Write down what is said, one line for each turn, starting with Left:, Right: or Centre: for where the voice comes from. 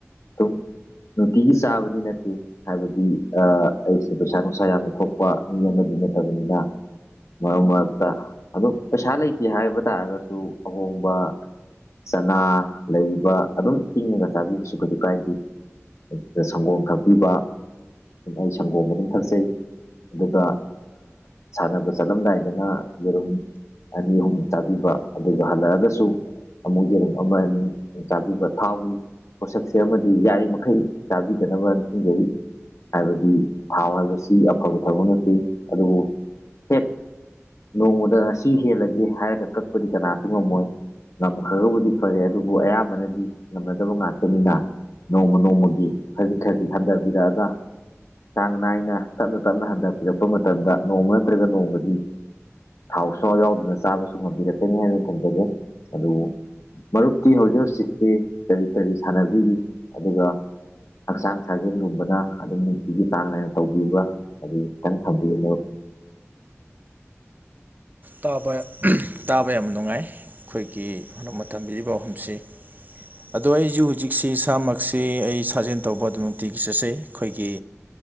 Left: ꯑꯗꯨꯝ ꯅꯨꯡꯇꯤꯒꯤ ꯆꯥꯕꯗꯤ ꯅꯠꯇꯦ ꯍꯥꯏꯕꯗꯤ ꯑꯩꯁꯦ ꯄꯩꯁꯥ ꯅꯨꯡꯁꯥ ꯌꯥꯝꯅ ꯊꯣꯛꯄ ꯃꯤ ꯑꯃꯗꯤ ꯅꯠꯇꯕꯅꯤꯅ ꯃꯔꯛ ꯃꯔꯛꯇ ꯑꯗꯨꯝ ꯄꯩꯁꯥ ꯂꯩꯇꯦ ꯍꯥꯏꯕ ꯇꯥꯔꯒꯁꯨ ꯑꯍꯣꯡꯕ ꯆꯅꯥ ꯂꯩꯕ ꯑꯗꯨꯝ ꯇꯤꯡꯉꯒ ꯆꯥꯕꯤꯕꯁꯨ ꯀꯩꯁꯨ ꯀꯥꯏꯗꯦ ꯑꯗꯨꯗ ꯁꯪꯒꯣꯝ ꯀꯛꯄꯤꯕ ꯑꯩ ꯁꯪꯒꯣꯝ ꯑꯗꯨꯝ ꯊꯛꯆꯩ ꯑꯗꯨꯒ ꯁꯥꯟꯅꯕ ꯆꯠꯂꯝꯗꯥꯏꯗꯅ ꯌꯦꯔꯨꯝ ꯑꯅꯤ ꯑꯍꯨꯝ ꯆꯥꯕꯤꯕ ꯑꯗꯨꯒ ꯍꯜꯂꯛꯑꯒꯁꯨ ꯑꯃꯨꯛ ꯌꯦꯔꯨꯝ ꯑꯃ ꯑꯅꯤ ꯆꯥꯕꯤꯕ ꯊꯥꯎꯒꯤ ꯄꯣꯠꯁꯛꯁꯦ ꯑꯃꯗꯤ ꯌꯥꯔꯤꯃꯈꯩ ꯆꯥꯕꯤꯗꯅꯕ ꯈꯁꯤꯡꯖꯩ ꯍꯥꯏꯕꯗꯤ ꯊꯥꯎ ꯍꯥꯏꯕꯁꯤ ꯑꯐꯕ ꯊꯕꯛ ꯅꯠꯇꯦ ꯑꯗꯨꯕꯨ ꯍꯦꯛ ꯅꯣꯡꯃꯗ ꯁꯤ ꯍꯦꯜꯂꯒꯦ ꯍꯥꯏꯔꯒ ꯀꯛꯄꯗꯤ ꯀꯅꯥꯁꯨ ꯉꯝꯃꯣꯏ ꯉꯝꯈ꯭ꯔꯒꯕꯨꯗꯤ ꯐꯔꯦ ꯑꯗꯨꯕꯨ ꯑꯌꯥꯝꯕꯅꯗꯤ ꯉꯝꯅꯗꯕ ꯉꯥꯛꯇꯅꯤꯅ ꯅꯣꯡꯃ ꯅꯣꯡꯃꯒꯤ ꯈꯖꯤꯛ ꯈꯖꯤꯛ ꯍꯟꯊꯕꯤꯔꯛꯑꯒ ꯆꯥꯡ ꯅꯥꯏꯅ ꯇꯞꯅ ꯇꯞꯅ ꯍꯟꯊꯕꯤꯔꯛꯄ ꯃꯇꯝꯗ ꯅꯣꯡꯃ ꯅꯠꯇ꯭ꯔꯒ ꯅꯣꯡꯃꯗꯤ ꯊꯥꯎ ꯑꯁꯋꯥ ꯌꯥꯎꯗꯅ ꯆꯥꯕꯁꯨ ꯉꯝꯕꯤꯔꯛꯀꯅꯤ ꯍꯥꯏꯅ ꯊꯝꯖꯒꯦ ꯑꯗꯨꯕꯨ ꯃꯔꯨꯞꯇꯤ ꯍꯧꯖꯤꯛ ꯍꯧꯖꯤꯛꯇꯤ ꯀꯔꯤ ꯀꯔꯤ ꯁꯥꯟꯅꯕꯤꯔꯤ ꯑꯗꯨꯒ ꯍꯛꯆꯥꯡ ꯁꯥꯖꯦꯟꯒꯨꯝꯕꯅ ꯑꯗꯨꯝ ꯅꯨꯡꯇꯤꯒꯤ ꯆꯥꯡ ꯅꯥꯏꯅ ꯇꯧꯕꯤꯕ ꯑꯗꯨ ꯈꯤꯇꯪ ꯊꯝꯕꯤꯌꯨ ꯃꯔꯨꯞ
Right: ꯇꯥꯕ ꯇꯥꯕ ꯌꯥꯝ ꯅꯨꯡꯉꯥꯏ ꯑꯩꯈꯣꯏꯒꯤꯛ ꯃꯇꯝ ꯄꯤꯔꯤꯕ ꯑꯍꯨꯝꯁꯤ ꯑꯗꯣ ꯑꯩꯁꯨ ꯍꯧꯖꯤꯛ ꯍꯧꯖꯤꯛꯁꯤ ꯏꯁꯥꯃꯛꯁꯤ ꯑꯩ ꯁꯥꯖꯦꯜ ꯇꯧꯕ ꯑꯗꯨꯃꯛꯇꯤ ꯒꯤ ꯆꯠꯆꯩ ꯑꯩꯈꯣꯏꯒꯤ